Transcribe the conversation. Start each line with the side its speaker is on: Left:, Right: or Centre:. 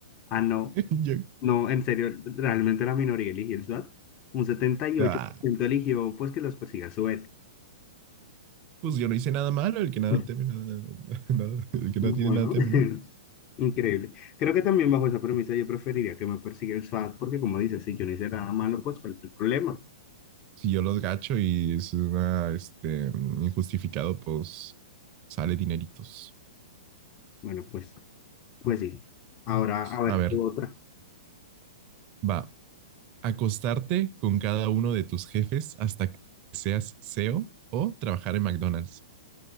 Left: Ah, no.
Right: <laughs> Yo,
Left: No, en serio, realmente la minoría eligió el SWAT. Un setenta y
Right: ah,
Left: ocho por ciento eligió pues que los persiga su
Right: pues yo no hice nada malo, el que nada
Left: <laughs>
Right: teme, nada, <laughs> nada- el que
Left: Bueno,
Right: no tiene nada teme,
Left: <laughs>
Right: ¿no?
Left: increíble. Creo que también bajo esa premisa yo preferiría que me persiga el SWAT porque como dices, si yo no hice nada malo, pues cuál es el problema.
Right: Si yo los gacho y es una, este, injustificado, pues sale dineritos.
Left: Bueno, pues, pues sí. Ahora, a ver,
Right: A ver,
Left: tú otra.
Right: va. Acostarte con cada uno de tus jefes hasta que seas CEO o o trabajar en McDonald's.